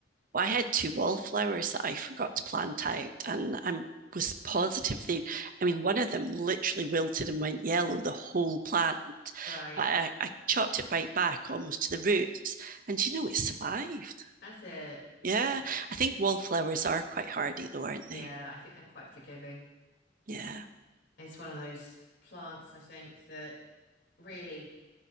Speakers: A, on the right (about 50°); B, on the left (about 65°).
A: Well, I had two wallflowers that I forgot to plant out, and i was positive they I mean one of them literally wilted and went yellow the whole plant
B: Right,
A: but I, I chopped it right back almost to the roots and you know it survived
B: that's it.
A: yeah
B: Eh,
A: I think wallflowers are quite hardy though aren't they
B: Yeah, I think they're quite forgiving.
A: yeah
B: It's one of those plants, I think, that really,